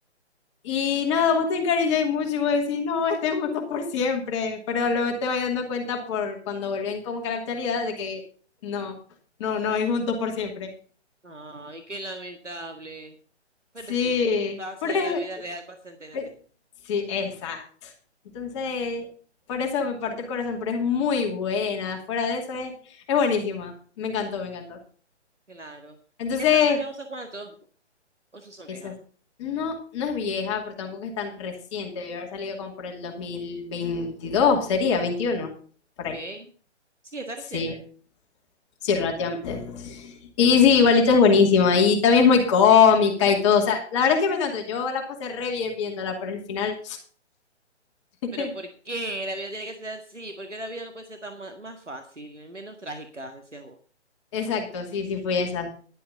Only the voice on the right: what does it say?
Ay, qué lamentable. Pero
sí, pasa
en
la vida real, pasa en TNT.
Claro.
¿Y esta salió hace cuánto? Ocho son
viejas.
¿Ok? Sí, está
reciente.
Pero ¿por qué la vida tiene que ser así? ¿Por qué la vida no puede ser tan ma- más fácil, menos trágica, decías vos?